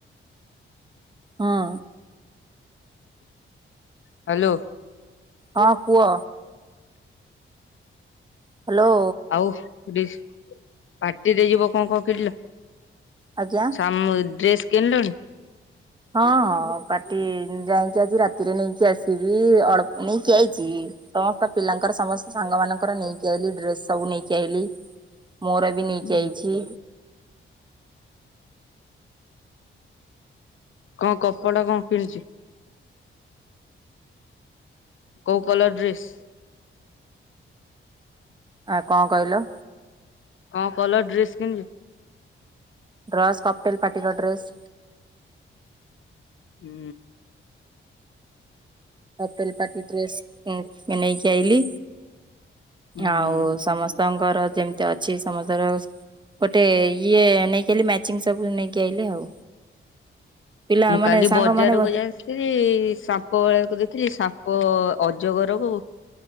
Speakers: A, on the right; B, on the left.
A: ହଁ।
B: ହ୍ୟାଲୋ।
A: ହଁ କୁହ। ହ୍ୟାଲୋ
B: ଆଉ ପାର୍ଟିରେ ଯିବ କଣ କଣ କିଣିଲ?
A: ଆଜ୍ଞା
B: <unintelligible> ଡ୍ରେସ୍ କିଣିଲୁଣି?
A: ହଁ ହଁ ପାର୍ଟି ଯାଇକି ଆଜି ରାତିରେ ନେଇକି ଆସିବି ଅଳ୍ପ ନେଇକି ଆଇଛି ସମସ୍ତ ପିଲାଙ୍କର ସମସ୍ତ ସା ସାଙ୍ଗ ମାନଙ୍କର ନେଇକି ଆଇଲି ଡ୍ରେସ ସବୁ ନେଇକି ଆଇଲି ମୋର ବି ନେଇକି
B: ହୁଁ
A: ଆଇଚି।
B: କଣ କପଡା଼ କଣ କିଣିଛୁ? କୋଉ କଲର ଡ୍ରେସ୍?
A: ଆ କଣ କହିଲ?
B: କଣ କଲର ଡ୍ରେସ୍ କିଣିଲୁ?
A: ଡ୍ରସ କପଟେଲ ପାଟିର ଡ୍ରେସ୍।
B: ହୁଁ
A: ହଲପଟି ଡ୍ରେସ୍ ନେଇେଇକି ଆଇଲି।
B: ହୁଁ
A: ଆଉ ସମସ୍ତଙ୍କର ଯେମିତି ଅଛି ସମସ୍ତର ଗୋଟେ ଇଏ ନେଇକି ଆଇଲି ମ୍ୟାଚିଂ ସବୁ ନେଇକି ଆଇିଲ ଆଉ। ପିଲାମାନେ
B: ମୁଁ କାଲି
A: ସାଙ୍ଗମାନେ
B: ବଜାରକୁ
A: ବ
B: ଯାଇଥିଲି ସାପ ଵାଲାକୁ ଦେଖି ସାପ ଅଜଗରକୁ